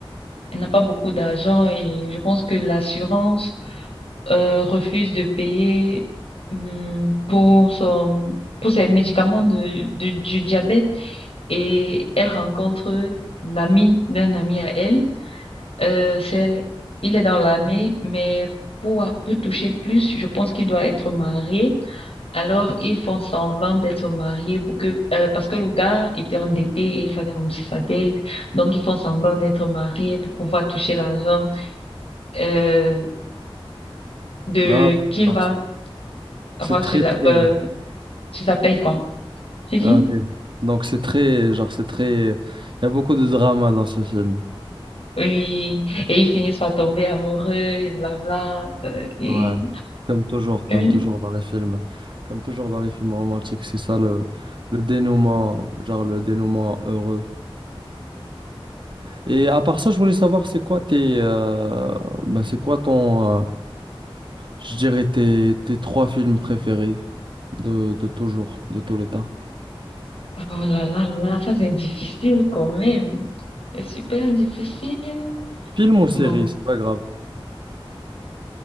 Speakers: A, on the left (about 80°); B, on the right (about 55°).
A: elle n'a pas beaucoup d'argent et je pense que l'assurance euh, refuse de payer hum, pour son, pour ses médicaments de, de- du diabète et elle rencontre l'ami d'un ami à elle. Euh, c'est, il est dans l'armée, mais pour, pour toucher plus, je pense qu'il doit être marié. Alors, ils font semblant d'être mariés pour que, euh, parce que le gars était endetté et il fallait rembourser sa dette. Donc, ils font semblant d'être mariés pour pouvoir toucher l'argent, euh, de,
B: non, ok,
A: qu'il
B: donc
A: va
B: c'est
A: avoir
B: c'est très,
A: sur la,
B: très...
A: euh, tu t'appelles quoi? Tu dis?
B: ah, ok. Donc c'est très, genre, c'est très... Il y a beaucoup de drama dans ce film.
A: Oui. Et ils finissent par tomber amoureux et blabla. Euh, et-
B: Ouais. Comme toujours, comme
A: Oui.
B: toujours dans les films. Comme toujours dans les films romantiques, c'est ça le, le dénouement, genre le dénouement heureux. Et à part ça, je voulais savoir, c'est quoi tes... euh, bah, c'est quoi ton... euh, je dirais tes, tes trois films préférés de, de toujours, de tous les temps.
A: Oh là là là là, ça c'est difficile quand même. C'est super difficile.
B: Film ou série,
A: Bon,
B: c'est pas grave.